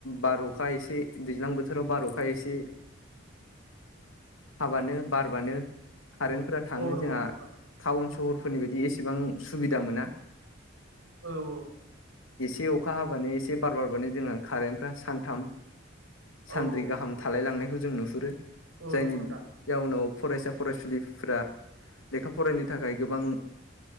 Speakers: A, on the left; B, on the right.
A: बार अखा एसे दैज्लां बोथोराव बार अखा एसे हाबानो बारबानो कारेन्ट फोर थाङो
B: औ नंगौ
A: जोंहा
B: नंगौ नोंथां
A: टाउन सहर फोरनि बायदि एसेबां सुबिदा मोना।
B: औ औ
A: एसे अखा हाबानो एसे बार बारबानो जोंहा कारेन्टफ्रा सानथाम सानब्रै
B: औ औ
A: गाहाम थालाय लांनायखौ जों नुहुरो।
B: औ
A: जायनि
B: नंगौ नोंथां
A: जाउनाव फरायसा फरायसुलि फोरा लेखा फरायनो थाखाय गोबां